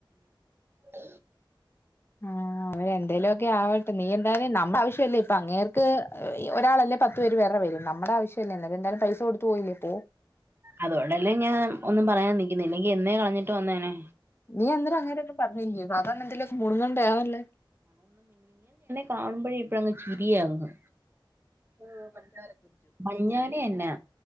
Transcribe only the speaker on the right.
അ
അതോണ്ടല്ലേ ഞാൻ ഒന്നും പറയാൻ നിക്കുന്ന ഇല്ലെങ്കിൽ എന്നേ കളഞ്ഞിട്ട് വന്നേനെ
കാണുമ്പോഴെ ഇപ്പളങ്ങ് യിരിയാവുന്നു ഓ പഞ്ചാര കുട്ടി ഇഞ്ഞോലേ എന്നാ